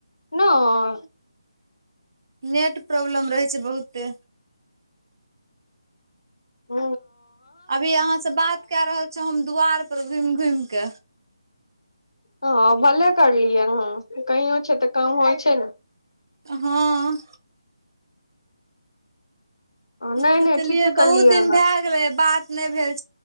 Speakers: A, on the left; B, on the right.
A: नय
B: नेट प्रोब्लम रहै छै बहुते
A: ह
B: अभी अहाँ से बात कए रहल छौ हम दुआार पर घुमि घुमि कऽ
A: हँ भले करलियै ह कहि छै तऽ काम होइ छै ने
B: हँ
A: नहि
B: सोचलियै
A: नहि ठीके
B: बहुत
A: करलियै
B: दिन
A: अहाँ
B: भए गेलै बात नहि भेल